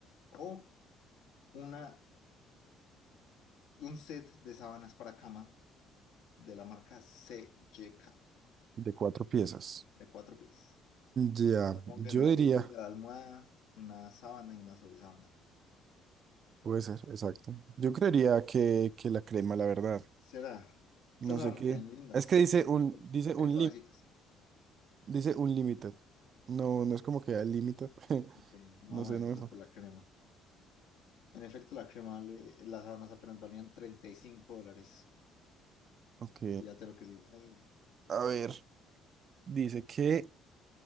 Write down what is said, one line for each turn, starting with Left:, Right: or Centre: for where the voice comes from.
Left: o Una, un set de sábanas para cama de la marca CJK
Right: De cuatro piezas.
Left: de cuatro pies.
Right: Ya,
Left: Supongo
Right: yo
Left: que tendrán
Right: diría,
Left: los dos de la almohada, una sábana y una sobresábana.
Right: puede ser, exacto. Yo creería que, que la crema, la verdad.
Left: Será. Estas
Right: No
Left: sábanas
Right: sé qué.
Left: se ven lindas,
Right: Es
Left: se
Right: que dice
Left: ven,
Right: un, dice
Left: se
Right: un
Left: ven suavecitas.
Right: Dice Unlimited. No, no es como que al límite. <laughs>
Left: Ok, vamos
Right: No sé,
Left: a ver
Right: no
Left: entonces
Right: me... fa-
Left: por la crema. En efecto, la crema, le- las sábanas apenas valían 35 dólares.
Right: Ok.
Left: Fíjate lo que sí. Ay,
Right: A ver, dice que